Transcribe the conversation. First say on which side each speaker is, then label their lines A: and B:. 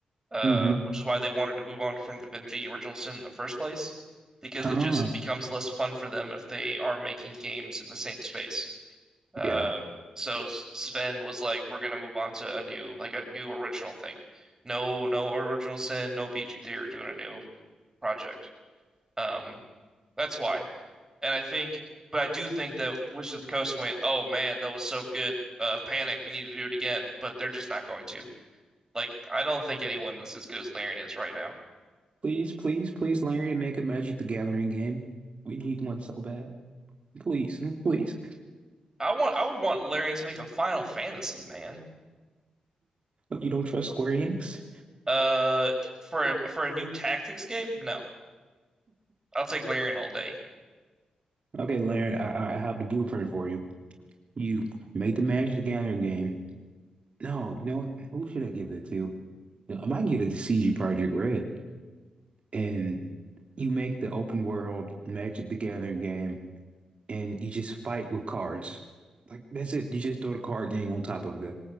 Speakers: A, on the right; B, on the right.
A: uh,
B: hmm
A: which is why they wanted to move on from Divinity Original Sin in the first place, because
B: Ah,
A: it just becomes less fun for them if they are making games in the same space. Uh,
B: yeah.
A: so Sven was like, "We're gonna move on to a new, like a new original thing. No, no Original Sin, no BG Theory. We're doing a new project." Um, that's why, and I think, but I do think that Wizards of the Coast went, "Oh man, that was so good." Uh, panic, we need to do it again, but they're just not going to. Like, I don't think anyone is as good as Larian is right now.
B: Please, please, please, Larry, make a Magic the Gathering game. We need one so bad. Please, please.
A: I want I would want Larian to make a Final Fantasy, man.
B: You don't trust Square Enix?
A: Uh, for a, for a new tactics game? No, I'll take Larian all day.
B: Okay, Larry, I, I have the blueprint for you. You made the Magic the Gathering game. No, you know what? Who should I give it to? You know, I might give it to CG Project Red. And you make the open world Magic the Gathering game, and you just fight with cards. Like that's it. You just throw the card game on top of the